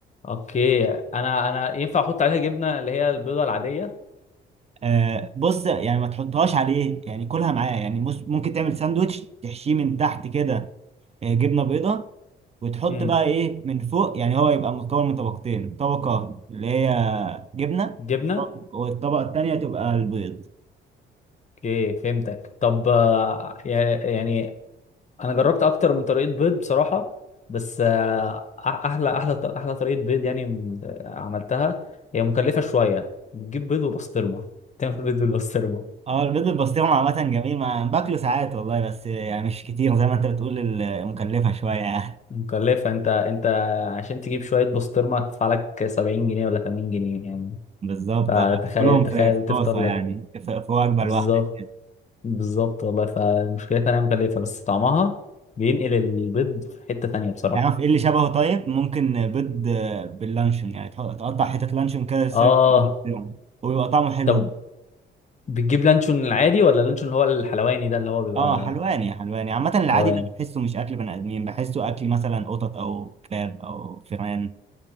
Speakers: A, on the left (about 35°); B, on the right (about 30°).
A: اوكي انا انا ينفع احط عليها جبنه اللي هي البيضه العاديه
B: <laughs> آه، بص يعني ما تحطهاش عليه يعني كلها معاه يعني مس- ممكن تعمل ساندوتش تحشيه من تحت كده آه، جبنه بيضه وتحط
A: امم
B: بقى ايه من فوق يعني هو يبقى مكون من طبقتين طبقه اللي هي جبنه
A: جبنه
B: والطبقه التانية تبقى البيض
A: اوكي فهمتك طب آه، يا- يعني انا جربت اكتر من طريقه بيض بصراحه بس آه، أح- احلى احلى ط- احلى طريقه بيض يعني م- عملتها هي مكلفه شويه بتجيب بيض وبسطرمه تعمل بيض بالبسطرمه
B: اه البيض بالبسطرمة عامة جميل ما باكله ساعات والله بس يعني مش كتير زي ما انت بتقول ال- مكلفة شوية يعني
A: مكلفة انت انت عشان تجيب شوية بسطرمة هتدفع لك 70 جنيه ولا 80 جنيه يعني
B: <laughs> بالظبط
A: فتخيل
B: اه كلهم
A: تخيل
B: في في
A: تفطر
B: طاسة
A: لك
B: يعني في, في وجبة
A: بالظبط
B: لوحدك
A: بالظبط والله فمشكلتها انها مكلفة بس طعمها بينقل البيض في حتة تانية بصراحة
B: تعرف ايه اللي شبهه طيب ممكن بيض آه، باللانشون يعني تح- تقطع حتة لانشون كده سايز
A: اه
B: بالبسطرمة، وبيبقى طعمه حلو
A: طب بتجيب لانشون العادي ولا اللانشون اللي هو الحلواني ده اللي هو بيبقى
B: اه حلواني حلواني عامة العادي
A: حلواني
B: ده بحسه مش أكل بني آدمين بحسه أكل مثلا قطط أو كلاب أو فئران